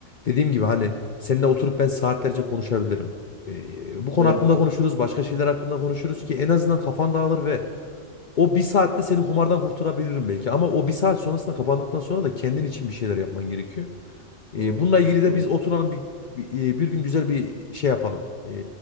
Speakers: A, on the left; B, on the right.
A: dediğim gibi hani seninle oturup ben saatlerce konuşabilirim. E, bu konu
B: Eyvallah.
A: hakkında konuşuruz, başka şeyler hakkında konuşuruz
B: Evet,
A: ki en azından kafan dağılır ve o bir saatte seni kumardan kurtarabilirim belki. Ama o bir saat sonrasında kapandıktan sonra da kendin için bir şeyler yapman gerekiyor.
B: doğru.
A: E, bununla ilgili de
B: Doğru.
A: biz oturalım bir bir, e, bir gün güzel bir şey yapalım. E,